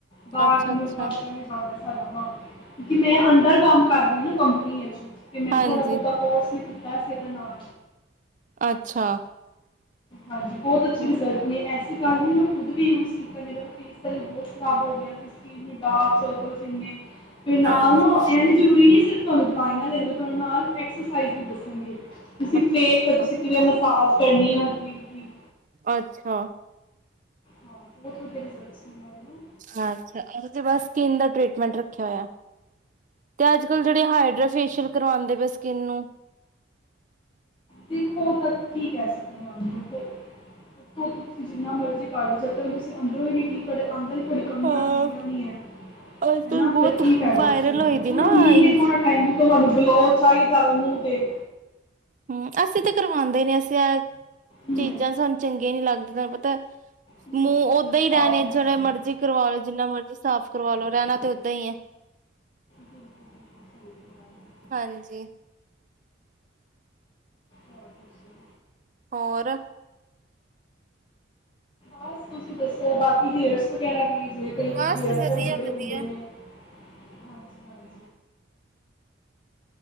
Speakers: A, on the left; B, on the right.
A: ਬਾਹਰ
B: ਅੱਛਾ
A: ਦੇ ਮੁਲਕਾਂ
B: ਅੱਛਾ
A: ਤੋਂ ਕਿਉਂਕਿ ਜਾਂਦਾ ਸਾਡਾ ਮਾਲ, ਕਿਉਂਕਿ ਮੈਂ ਅੰਡਰ ਕੰਮ ਕਰ ਰਹੀ ਆ ਨਾ ਕੰਪਨੀ ਵਿਚ ਤੇ ਮੈਨੂੰ
B: ਹਾਂਜੀ
A: ਥੋੜਾ-ਬਹੁਤਾ ਕੋਰਸ ਮਿਲ ਐ ਸੀ ਇਹਦੇ ਨਾਲ।
B: ਅੱਛਾ
A: ਹਾਂਜੀ ਬਹੁਤ ਅੱਛੇ
B: ਹਮ
A: ਰਿਜ਼ਲਟ ਨੇ ਐ ਅ ਗੱਲ ਨਹੀਂ ਮੈਂ ਖੁਦ ਵੀ ਯੂਜ ਕੀਤਾ ਮੇਰਾ ਵੀ ਫੇਸ ਪਹਿਲੇ ਬਹੁਤ ਖਰਾਬ ਹੋ ਗਿਆ ਸੀ ਸਕਿੰਨ ਡਾਰਕ ਸਰਕਲਜ਼ ਇੰਨੇ ਤੇ ਨਾਲ
B: ਹਾਂਜੀ
A: ਨਾ ਐ ਜ਼ਰੂਰੀ ਨ ਸਿ ਤੁਹਾਨੂੰ ਦਵਾਈਆਂ ਦੇਣਗੇ ਤੁਹਾਨੂੰ ਨਾਲ ਐਕਸਸਾਈ ਵੀ ਦੱਸਣਗੇ ਤੁਸੀਂ
B: ਅੱਛਾ
A: ਫੇਸ ਤੇ ਤੁਸੀਂ ਕਿਵੇਂ ਮਸਾਜ ਕਰਨੀ ਹੈ ਹਿਲਕੀ
B: ਅੱਛਾ
A: ਹਾਂ ਬਹੁਤ ਵਧੀਆ ਰਿਜਲਟਸ ਨੇ ਦੇ ਨਾ।
B: ਅਛਾ ਇਹੋ ਬਸ ਸਕਿਨ ਦਾ ਟ੍ਰਰੀਟਮੈਂਟ ਰੱਖਿਆ ਹੋਇਆ ਤੇ ਅੱਜ ਕੱਲ੍ਹ ਜਿਹੜੇ ਹਾਈਡਰਾ ਫੇਸ਼ੀਅਲ ਕਰਵਾਉਂਦੇ ਪਏ ਸਕਿੰਨ ਨੂੰ
A: ਦੇਖੋ ਤਾਂ ਠੀਕ ਕਹਿ ਸਕਦੇ ਉਹਨੂੰ ਦੇਖੋ ਦੇੋ ਤੁਸੀਂ ਜਿੰਨਾ ਮਰਜ਼ੀ ਕਰ ਲਓ ਜਦ ਤੱਕ ਤੁਸੀਂ ਅੰਦਰੋਂ ਹੀ ਨੀ ਠੀਕ ਕਰੇ ਅੰਦਰ ਤੁਹਾਡੀ ਕਮੀਆਂ
B: ਹਾਂ
A: ਪੂਰੀਆਂ ਨੀ ਹੈ
B: ਅੱਜ
A: ਹਨਾ
B: ਕੱਲ ਬਹੁਤ
A: ਤੇ ਕੀ ਫ਼ਾਇਦਾ
B: ਵਾਇਰਲ
A: ਉਸ ਚੀਜ਼
B: ਹੋਈ
A: ਨਾਲ ਚਲੋ
B: ਦੀ ਨਾ
A: ਠੀਕ
B: ਹਮ
A: ਹੈ ਥੋੜਾ ਟਾਈਮ ਦਿੱ ਤੁਹਾਨੂੰ ਗਲੋ ਪਾਵੇ ਮੂੰਹ ਤੇ
B: ਹਮ ਅਸੀਂ ਤਾਂ ਕਰਵਾਉਂਦੇ ਨੀ <unintelligible>
A: ਨਹੀਂ
B: ਚੀਜ਼ਾਂ ਸਾਨੂੰ ਚੰਗੀਆਂ ਨੀ ਲੱਗਦੀਆਂ ਤੁਹਾਨੂੰ ਪਤਾ
A: ਨਹੀਂ
B: ਮੂੰਹ ਓਦਾਂ
A: ਅਸੀਂ
B: ਹੀ
A: ਤਾਂ
B: ਰਹਿਣੇ
A: ਆਪ ਨਹੀਂ
B: ਜਿਹੜੇ
A: ਕਰਾਉਂਦੇ
B: ਮਰਜ਼ੀ ਕਰਵਾ ਲਓ ਜਿੰਨਾ ਮਰਜ਼ ਸਾਫ਼ ਕਰਵਾਾਲੋ
A: ਬਿਲਕੁਲ
B: ਰਹਿਣਾ
A: ਬਿਲਕੁਲ
B: ਤੇ ਓਦਾਂ ਹੀ ਹੈ
A: ਬਿਲਕੁਲ ਸਹੀ ਕਿਹਾ ਜੀ।
B: ਹਾਂਜੀ
A: ਹੋਰ ਦੱਸੋ
B: ਹੋਰ
A: ਬਸ ਤੁਸੀਂ ਦੱਸੋ ਬਾਕੀ ਹੇਰਸ ਵਗੈਰਾ ਵੀ ਜਿਵੇ ਕਈ
B: ਬਸ
A: ਹੇਅਰ
B: ਵਧੀਆ
A: ਫੋਲ ਬੜੇ ਹੁੰਦੇ
B: ਵਧੀਆ
A: ਨੇ ਹਾਂਜੀ ਹਾਂਜੀ